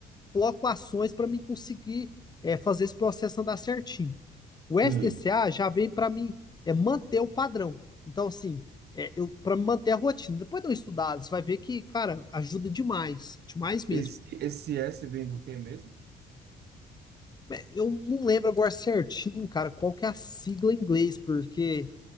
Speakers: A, on the left; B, on the right.
A: coloco ações para mim conseguir é, fazer esse processo andar certinho. O SDCA
B: Sim.
A: já vem para mim é manter o padrão. Então, assim, é, eu para manter a rotina. Depois de eu estudado, você vai ver que, cara, ajuda demais, demais mesmo.
B: Esse, esse S vem do quê mesmo?
A: Eu não lembro agora certinho, cara, qual que é a sigla em inglês, porque